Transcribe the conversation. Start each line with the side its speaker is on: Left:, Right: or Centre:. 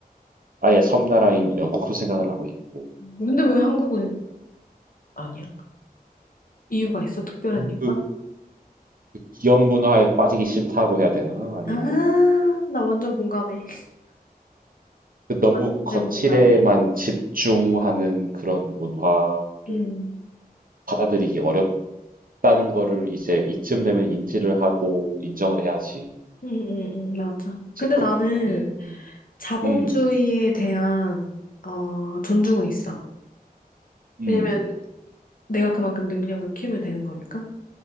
Right: 아예 섬나라인 영국도 생각을 하고 있고
Left: 근데 왜 한국은 아니야? 이유가 있어? 특별한
Right: 그,
Left: 이유가?
Right: 그 기업 문화에 빠지기 싫다고 해야 되나? 아니면은
Left: 아,
Right: 그-
Left: 나 완전 공감해. <laughs>
Right: 그 너무
Left: 완전
Right: 거칠에만
Left: 공감해.
Right: 집중하는 그런 문화를
Left: 음,
Right: 받아들이기 어렵다는 거를 이제 이쯤 되면 인지를 하고 인정을 해야지.
Left: 음, 음, 음. 맞아.
Right: 제,
Left: 근데
Right: 그,
Left: 나는
Right: 음,
Left: 음. 자본주의에
Right: 음.
Left: 대한, 어, 존중은 있어.
Right: 음.
Left: 왜냐면 내가 그만큼 능력을 키우면 되는 거니까.